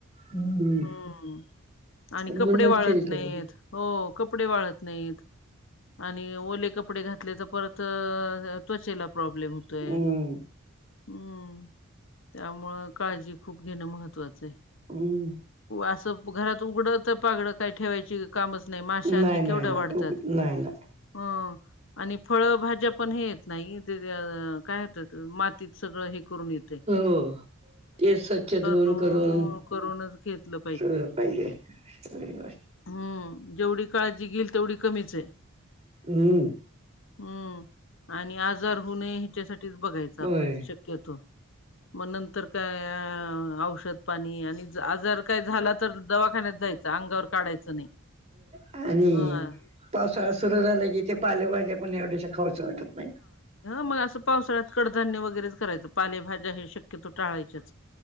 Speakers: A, on the right; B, on the left.
A: हम्म.
B: हम्म आणि
A: म्हणूनच
B: कपडे वाळत
A: फिल्टर
B: नाहीत. हो कपडे वाळत नाहीत आणि ओले कपडे घातले तर परत. त्वचेला प्रॉब्लेम होतोय.
A: हम्म
B: हम्म त्यामुळं काळजी खूप घेणं महत्वाचं आहे.
A: हमं.
B: असं घरात उघडत. पागड काही ठेवायची कामच नाही माशान
A: नाही
B: ह
A: नाही
B: केवढं
A: नाही
B: वाढतात
A: उग नाही नाही.
B: अ आणि फळभाज्या पण हे येत नाही काय मातीत सगळं हे करून येत
A: हो हो ते स्वच्छ धुऊन
B: धुवून
A: करून
B: करूनच घेतलं
A: सगळ पाहिजे स
B: हम्म जेवढी काळजी घेईल तेवढी कमीच आहे.
A: हम्म
B: हम्म आणि आजार होऊ नये ह्याच्यासाठीच बघायचं
A: होय.
B: आपण शक्य. घेतो मग नंतर काय औषध. पाणी आणि आजार काही झाला तर दवाखान्यात जायचं अंगावर काढायचं नाही.
A: आणि
B: हं
A: पावसाळा सुरू झाला की ते पालेभाज्या पण एवढ्याशा खावाच वाटत नाही.
B: मग असं पावसाळ्यात कडधान्य वगैरेच करायचं पालेभाज्या हे शक्यतो टाळायच्याच.